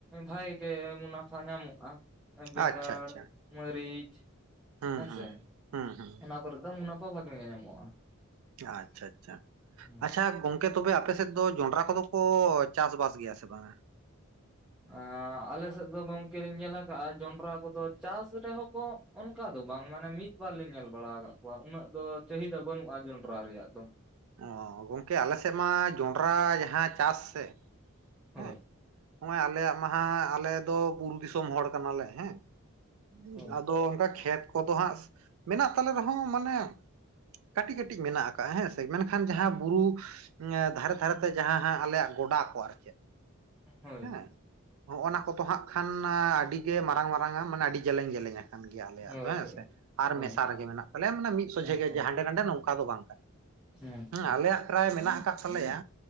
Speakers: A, in the centre; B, on the right.
A: ᱵᱷᱟᱜᱤ ᱜᱮ ᱢᱩᱱᱟᱯᱷᱟ ᱧᱟᱢᱚᱜᱼᱟ᱾ ᱵᱮᱸᱜᱟᱲ,
B: ᱟᱪᱪᱷᱟ ᱟᱪᱪᱷᱟ
A: ᱢᱟᱹᱨᱤᱪ,
B: ᱦᱩᱸ
A: ᱦᱮᱸᱥᱮ
B: ᱦᱩᱸ, ᱦᱩᱸ ᱦᱩᱸ᱾
A: ᱚᱱᱟ ᱠᱚᱨᱮ ᱫᱚ ᱢᱩᱱᱟᱯᱷᱟ ᱵᱷᱟᱜᱮ ᱜᱮ ᱧᱟᱢᱚᱜᱼᱟ᱾
B: ᱟᱪᱪᱷᱟ ᱟᱪᱪᱷᱟ,
A: ᱦᱳᱭ
B: ᱟᱪᱪᱷᱟ ᱜᱚᱝ ᱠᱮ ᱛᱚᱵᱮ ᱟᱯᱮ ᱥᱮᱫ ᱫᱚ ᱡᱚᱸᱰᱨᱟ ᱠᱚᱫᱚ ᱠᱚ ᱪᱟᱥ-ᱵᱟᱥ ᱜᱮᱭᱟ ᱥᱮ ᱵᱟᱝᱟ?
A: ᱟᱸᱻ ᱟᱞᱮ ᱥᱮᱫ ᱫᱚ ᱜᱚᱝᱠᱮ ᱞᱤᱧ ᱧᱮᱞ ᱟᱠᱟᱜᱼᱟ ᱡᱚᱸᱰᱨᱟ ᱠᱚᱫᱚ ᱪᱟᱥ ᱨᱮᱦᱚᱸ ᱠᱚ ᱚᱱᱠᱟ ᱫᱚ ᱵᱟᱝ ᱢᱟᱱᱮ ᱢᱤᱫ-ᱵᱟᱨ ᱞᱤᱧ ᱧᱮᱞ ᱵᱟᱲᱟ ᱟᱠᱟᱫ ᱠᱚᱣᱟ ᱩᱱᱟᱹᱜ ᱫᱚ ᱪᱟᱹᱦᱤᱫᱟ ᱵᱟᱹᱱᱩᱜᱼᱟ ᱡᱚᱸᱰᱨᱟ ᱨᱮᱭᱟᱜ ᱫᱚ᱾
B: ᱚ ᱜᱚᱝᱠᱮ ᱟᱞᱮ ᱥᱮᱫ ᱢᱟ ᱡᱚᱸᱰᱨᱟ ᱡᱟᱦᱟᱸ ᱪᱟᱥ ᱥᱮ
A: ᱦᱳᱭ
B: ᱦᱩᱸ ᱚᱱᱟ ᱟᱞᱮᱭᱟᱜ ᱢᱟ ᱦᱟᱸᱜ ᱟᱞᱮ ᱫᱚ ᱵᱩᱨᱩ ᱫᱤᱥᱚᱢ ᱦᱚᱲ ᱠᱟᱱᱟᱞᱮ ᱦᱮᱸ᱾ ᱦᱩᱸ,
A: ᱦᱳᱭ
B: ᱟᱫᱚ ᱚᱝᱠᱟ ᱠᱷᱮᱛ ᱠᱚᱫᱚ ᱦᱟᱸᱜ ᱢᱮᱱᱟᱜ ᱛᱟᱞᱮ ᱨᱮᱦᱚᱸ ᱢᱟᱱᱮ ᱠᱟᱹᱴᱤᱡ ᱠᱟᱹᱴᱤᱡ ᱢᱮᱱᱟᱜ ᱟᱠᱟᱜᱼᱟ ᱦᱮᱸᱥᱮ ᱢᱮᱱᱠᱷᱟᱱ ᱡᱟᱦᱟᱸ ᱵᱩᱨᱩ ᱱᱚᱣᱟ ᱫᱷᱟᱨᱮ ᱫᱷᱟᱨᱮᱛᱮ ᱡᱟᱦᱟᱸ ᱦᱟᱸᱜ ᱟᱞᱮᱭᱟᱜ ᱜᱚᱰᱟ ᱠᱚ ᱟᱨ ᱪᱮᱫ
A: ᱦᱳᱭ
B: ᱦᱩᱸ, ᱦᱚᱸᱜᱼᱚᱱᱟ ᱠᱚᱫᱚ ᱦᱟᱸᱜ ᱠᱷᱟᱱ ᱟᱹᱰᱤ ᱜᱮ ᱢᱟᱨᱟᱝ ᱢᱟᱨᱟᱝᱟ ᱢᱟᱱᱮ ᱟᱹᱰᱤ ᱡᱮᱞᱮᱧ ᱡᱮᱞᱮᱧᱟ᱾ ᱠᱟᱱ ᱜᱮᱭᱟ ᱟᱞᱮᱭᱟᱜ
A: ᱦᱳᱭ
B: ᱫᱚ ᱦᱮᱸ
A: ᱦᱳᱭ
B: ᱥᱮ ᱟᱨ
A: ᱦᱳᱭ
B: ᱢᱮᱥᱟ ᱨᱮᱜᱮ ᱢᱮᱱᱟᱜ ᱛᱟᱞᱮᱭᱟ ᱢᱟᱱᱮ ᱢᱤᱫ ᱥᱚᱡᱷᱮ
A: ᱟᱪᱪᱷᱟ
B: ᱜᱮ ᱡᱟᱦᱟᱸ ᱱᱚᱸᱰᱮ ᱱᱚᱝᱠᱟ ᱫᱚ ᱵᱟᱝ ᱠᱟᱱᱟ
A: ᱟᱪᱪᱷᱟ
B: ᱦᱩᱸ, ᱟᱞᱮᱭᱟᱜ ᱯᱨᱟᱭ ᱢᱮᱱᱟᱜ ᱟᱠᱟᱫ ᱛᱟᱞᱮᱭᱟ